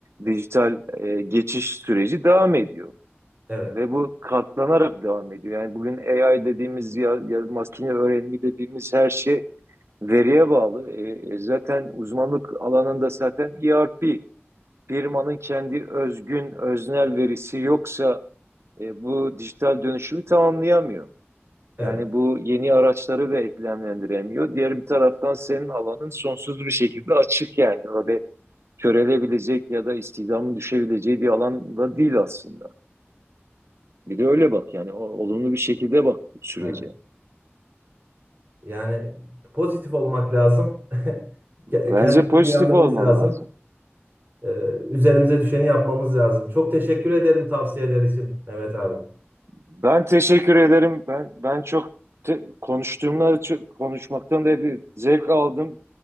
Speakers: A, on the right (about 70°); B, on the right (about 45°).
A: dijital e, geçiş süreci devam ediyor.
B: evet,
A: Ve bu katlanarak devam ediyor. Yani bugün AI dediğimiz ya, ya makine öğrenimi dediğimiz her şey veriye bağlı. E, e, zaten uzmanlık alanında zaten ERP firmanın kendi özgün öznel verisi yoksa e, bu dijital dönüşümü tamamlayamıyor.
B: evet,
A: Yani bu yeni araçları da eklemlendiremiyor. Diğer bir taraftan senin alanın sonsuz bir şekilde açık yani. Öyle körelebilecek ya da istihdamın düşebileceği bir alanda değil aslında. Bir de öyle bak yani o- olumlu bir şekilde bak sürece.
B: evet. Yani pozitif olmak lazım. <laughs>
A: Bence
B: Ke- Kendimize
A: pozitif
B: güvenmemiz
A: olman
B: lazım.
A: lazım.
B: Ee, üzerimize düşeni yapmamız lazım. Çok teşekkür ederim tavsiyeler için Mehmet abi.
A: Ben teşekkür ederim. Ben ben çok te- konuştuğumla çok, konuşmaktan da bir zevk aldım.